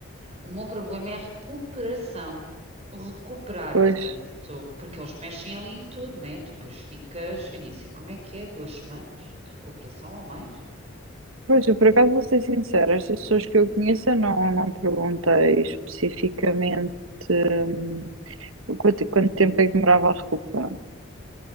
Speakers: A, on the right (about 30°); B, on the right (about 85°).
A: O meu problema é a recuperação, o recuperar,
B: Pois.
A: portanto, tu- porque eles mexem ali em tudo, né? Tu depois ficas, eu nem sei como é que é, duas semanas de recuperação ou mais?
B: Pois, eu por acaso vou ser sincera, estas pessoas que eu conheço eu não, não perguntei especificamente hum, Quanto, quanto tempo é que demorava a recuperar?